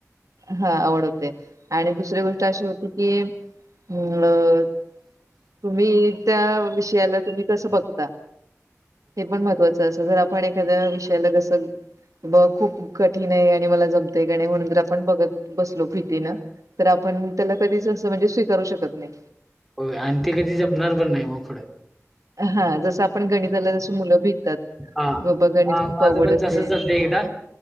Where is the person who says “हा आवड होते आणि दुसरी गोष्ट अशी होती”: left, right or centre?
Right